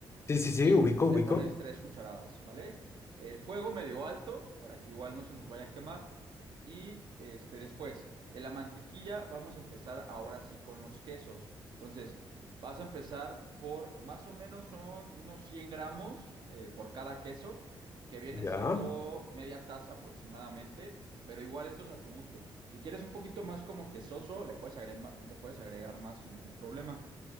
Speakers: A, on the left; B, on the right.
A: Sí, sí, sí,
B: y
A: ubico,
B: le
A: ubico.
B: pones tres cucharadas, ¿vale? El fuego medio alto para que igual no se nos vaya a quemar. Y este, después de la mantequilla vamos a empezar ahora sí con los quesos. Entonces vas a empezar por más o menos son unos 100 gramos eh, por cada queso, que vienen
A: Ya,
B: siendo media taza aproximadamente. Pero igual esto es a tu gusto. Si quieres un poquito más como quesoso, le puedes agregar, le puedes agregar más sin ningún problema.